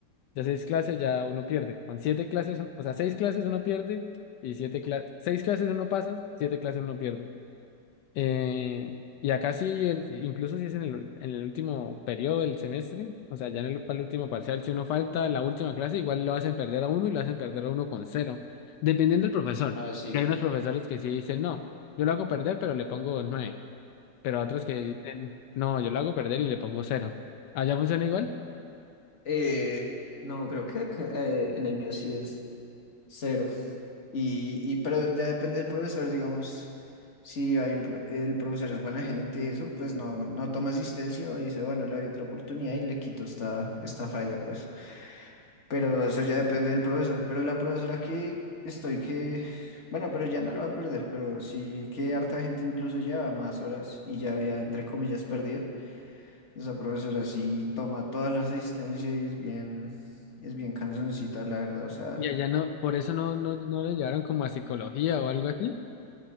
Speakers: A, on the left (about 75°); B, on the left (about 40°).
A: ya seis clases ya uno pierde, con siete clases, o sea, seis clases uno pierde y siete clases, seis clases uno pasa, siete clases uno pierde. Eh, y acá sí, en- incluso si es en el, en el último periodo del semestre, o sea, ya en el, para el último parcial, si uno falta la última clase, igual lo hacen perder a uno y lo hacen perder a uno con cero, dependiendo del profesor.
B: ah sí
A: Que hay unos profesores que sí dicen, no, yo lo hago perder, pero le pongo nueve, pero otros que dicen, no, yo lo hago perder y le pongo cero. Allá funciona igual
B: Eh, no, creo que acá, eh, en el mío sí es cero. Y, y pero ya depende del profesor, digamos, si hay un pro- el profesor es buena gente y eso, pues no, no toma asistencia o dice, bueno, le doy otra oportunidad y le quito esta, esta falla, pues. Pero eso ya depende del profesor. Pero la profesora que estoy que, bueno, pero ya no lo va a perder, pero sí que harta gente incluso lleva más horas y ya había, entre comillas, perdido. Esa profesora sí toma toda la asistencia y es bien, es bien cansoncita, la verdad. O sea,
A: y allá no, por eso no, no, no le llevaron como a psicología o algo así,